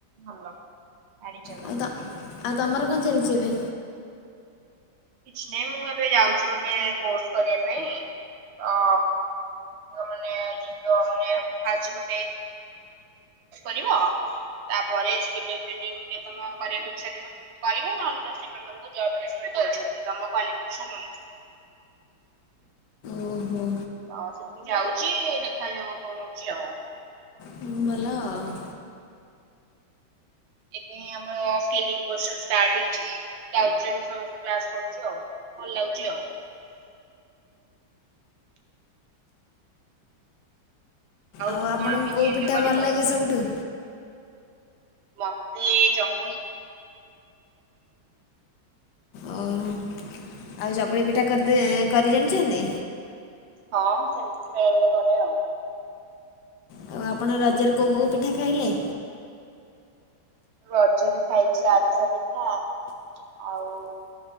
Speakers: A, on the right; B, on the left.
A: ଭଲ ମାଡ଼ି ଚାଲ।
B: ଆଉ ତ ଆଉ ତମର କଣ ଚାଲିଛି ଏବେ
A: କିଛି ନାହିଁ, ମୁଁ ଏବେ ଯାଉଛି ଗୋଟେ କୋର୍ସ କରିବା ପାଇଁ ତ। ମାନେ ଯୀବ ମାନେ ଯିବ <unintelligible> ତାପରେ ସ୍କିଲିଂ-ଫିଲିଂ ଯଦି ତମେ କରିବାକୁ ଇଚ୍ଛା ପୂରଣ ଥିବ କରିବ ନହଲେ ତ ସେମାନେ। ତମକୁ ଜବ୍ ଲେଟର ଦଉଛନ୍ତି ତମ କ୍ୱାଲିଫିକେସନ ଅନୁସାରେ।
B: ଓହୋ।
A: ତ ସେଠିକି ଯାଉଛି ଦେଖାଯାଉ କଣ ହଉଛି ଆଉ।
B: ହୁଁ ଭଲ ଆଉ।
A: ଏବେ ଆମର ସ୍କିଲ‍ଂ ପୋରସନ ଷ୍ଟାଟ ହେଇଛି। ଯାଉଛୁ ଆମେ ସମସ୍ତେ କ୍ଲାସ କରୁଛୁ ଆଉ ଭଲ ଲାଗୁଛି ଆଉ।
B: ଆଉ
A: ତୁ
B: ଆପଣଙ୍କୁ
A: କଣ ପିଜି
B: କୋଉ
A: ହେରିକା
B: ପିଠା
A: କରିବୁ?
B: ଭଲ ଲାଗେ ସବୁଠୁ।
A: ମତେ ଚକୁଳି।
B: ଓ ହୋ ଆଉ ଚକୁଳି ପିଠା କରିତେ, କରି ଜାଣିଛନ୍ତି?
A: ହଁ ସେମିତି ବେଳେ ବେଳେ କରେ ଆଉ।
B: ଆଉ, ଆପଣ ରଜରେ କୋଉ କୋଉ ପିଠା ଖାଇଲେ?
A: ମୁଁ ରଜରେ ଖାଇଛି ଆରିସା ପିଠା‌ ଆଉ।